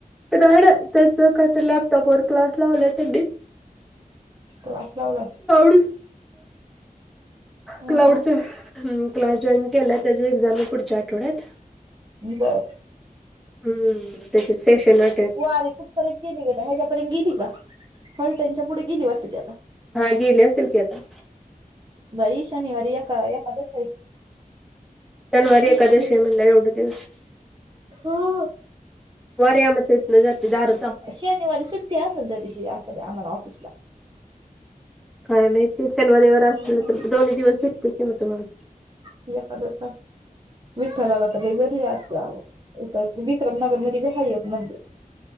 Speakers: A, in the centre; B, on the right.
A: तरड त्याच काय तर लॅपटॉपवर क्लास लावला त्या
B: कश लावलस.
A: डी
B: हा
A: क्लाउडचे
B: हा.
A: क्लास जॉईन केला त्याची एक्झाम पुढच्या आठवड्यात
B: बर.
A: हम्म त्या सेश ना.
B: व अरे कुठपर्यंत गेली ग दहाज्यापर्यंत गेली ग हल्ट्यांच्या पुढे गेली वाटती ते आता
A: हा गेले असेल की आता
B: बई शनिवारी एका एकदास आहे
A: शनवारी
B: तेच
A: एकादशी
B: की
A: मला एढ दिवस
B: हा.
A: वारी आमध्ये येत न जाते दार
B: शनिवारी सुट्टी असेल तर त्या दिशी असा आम्हाला ऑफिसला
A: काय माहितीे शनिवारी व असलं
B: हा.
A: तर दोन्ही दिवस भेटते किंवा तुम्हाला
B: ते खदसा विठ्ठलाला तर बेगर असल्यावं विक्रमनगरमध्येहाय्य एक मंदिर